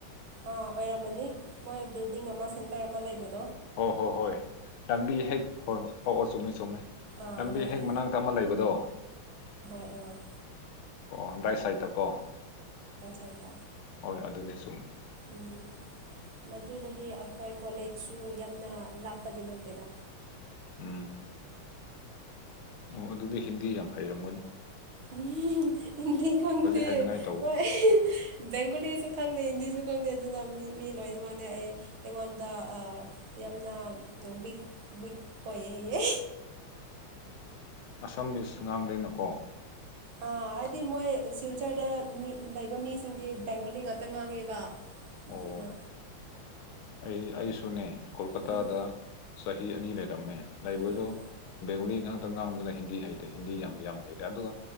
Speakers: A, on the right (about 70°); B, on the left (about 75°).
A: ꯑꯥ ꯑꯣꯏꯔꯝꯃꯅꯤ ꯃꯣꯏ ꯕꯤꯜꯗꯤꯡ ꯑꯃ ꯁꯦꯟꯇꯔ ꯑꯃ ꯂꯩꯕꯗ
B: ꯍꯣꯏ ꯍꯣ ꯍꯣꯏ ꯂꯝꯕꯤ ꯍꯦꯛ ꯍꯣꯏ ꯑꯣ ꯆꯨꯝꯃꯦ ꯆꯨꯝꯃꯦ
A: ꯑꯥ
B: ꯂꯝꯕꯤ
A: ꯍꯣꯏ
B: ꯍꯦꯛ ꯃꯅꯥꯛꯛꯇ ꯑꯃ ꯂꯩꯕꯗꯣ
A: ꯑ
B: ꯄꯟ꯭ꯔꯥꯏꯁꯥꯏꯇꯀꯣ
A: ꯁꯥꯏꯠꯇ
B: ꯍꯣꯏ ꯑꯗꯨꯅꯦ ꯁꯨꯝ
A: ꯎꯝ ꯃꯗꯨꯗꯒꯤ ꯑꯩꯈꯣꯏ ꯀꯣꯂꯦꯖꯁꯨ ꯌꯥꯝꯅ ꯂꯥꯞꯄꯗꯤ ꯅꯠꯇꯦꯗ
B: ꯎꯝ ꯑꯣ ꯑꯗꯨꯗꯤ ꯍꯤꯟꯗꯤ ꯌꯥꯝ ꯍꯩꯔꯝꯃꯣꯏꯅꯤ
A: ꯎꯝ ꯍꯤꯟꯗꯤ ꯈꯪꯗꯦ
B: ꯍꯩꯅꯉꯥꯏ ꯇꯧꯋꯣ
A: ꯍꯣꯏ ꯕꯦꯡꯒꯣꯂꯤꯁꯨ ꯈꯪꯗꯦ ꯍꯤꯟꯗꯤꯁꯨ ꯈꯪꯗꯦ ꯑꯗꯨꯅ ꯃꯤ ꯃꯤ ꯂꯣꯏꯅꯃꯗꯤ ꯑꯩ ꯑꯩꯉꯣꯟꯗ ꯌꯥꯝꯅ ꯋꯤꯛ ꯋꯤꯛ ꯑꯣꯏ ꯍꯦ
B: ꯑꯁꯝꯕꯤ ꯁꯨ ꯉꯥꯡꯗꯅꯀꯣ
A: ꯑꯥ ꯍꯥꯏꯗꯤ ꯃꯣꯏ ꯁꯤꯜꯆꯔꯗ ꯃꯤ ꯂꯩꯕ ꯃꯤꯁꯤꯡꯗꯤ ꯕꯦꯡꯒꯣꯂꯤ ꯉꯥꯛꯇ ꯉꯥꯡꯉꯦꯕ ꯑꯗꯨꯅ
B: ꯑꯣ ꯑꯩ ꯑꯩꯁꯨꯅꯦ ꯀꯣꯜꯀꯇꯥꯗ
A: ꯎꯝ
B: ꯆꯍꯤ ꯑꯅꯤ ꯂꯩꯔꯝꯃꯦ ꯂꯩꯕꯗꯣ
A: ꯎꯝ
B: ꯕꯦꯡꯒꯣꯂꯤ ꯉꯥꯡꯇꯪ ꯉꯥꯡꯗꯅ ꯍꯤꯟꯗꯤ ꯍꯩꯇꯦ ꯍꯤꯟꯗꯤ ꯌꯥꯝ ꯌꯥꯝ ꯍꯩꯇꯦ ꯑꯗꯨꯒ